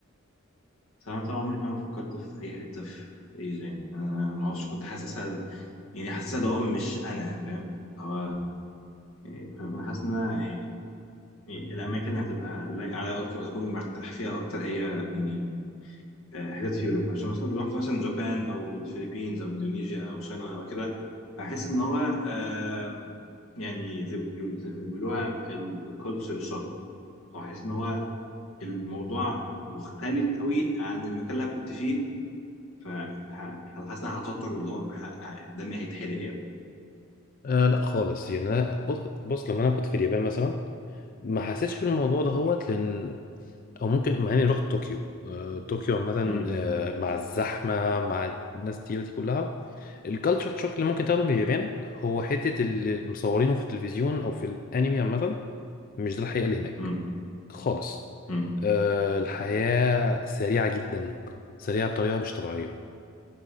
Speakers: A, on the left (about 85°); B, on the left (about 40°).
A: بس انا طبعا عمري فعلا فكرت في اي حته في ايجا يعني انا ما اعرفش كنت حاسسها يعني حاسسها اللي هو مش انا فاهم يعني اللي هو يعني فاهم انا حاسس ان انا يعني يعني الاماكن اللي هتبقى لايقه عليا اكتر واكون مرتاح فيها اكتر هي يعني آه، حتت في اوروبا عشان مثلا لو رحت مثلا جابان او الفلبينز او اندونيسيا او صينيا او كده هحس ان هو آم، يعني زي ما بيقولوا- زي ما بيقولوها الكالتشر شوك او هحس ان هو الموضوع مختلف قوي عن المكان اللي أنا كنت فيه فحاسس ان انا هتوتر واللي هو ه- ه- دمي هيتحرق يعني
B: آه لا خالص يعني انا بص, بص لما انا كنت في اليابان مثلا ما حسيتش بالموضوع ده هوت لان او ممكن مع اني رحت طوكيو آه طوكيو عامه
A: مم.
B: آه مع الزحمه مع الناس التقيله دي كلها الكالتشر شوك اللي ممكن تاخده من اليابان هو حته اللي مصورينه في التلفزيون او في الانمي عامه مش ده الحقيقه اللي هناك
A: مم.
B: خالص
A: مم.
B: آه الحياه سريعه جدا سريعه بطريقه مش طبيعيه